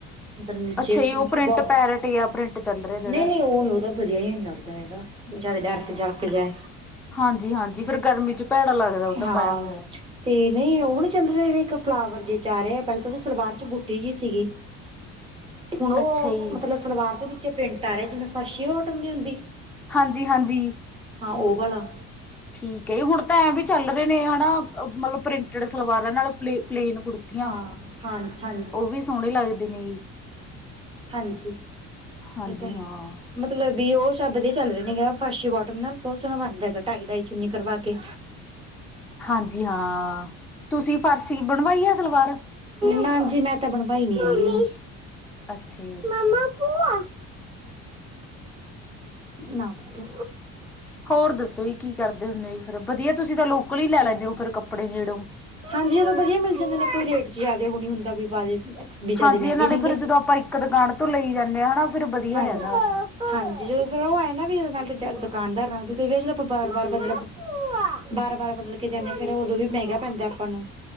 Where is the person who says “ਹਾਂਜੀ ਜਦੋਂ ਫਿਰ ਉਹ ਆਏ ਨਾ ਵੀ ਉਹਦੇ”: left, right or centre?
Right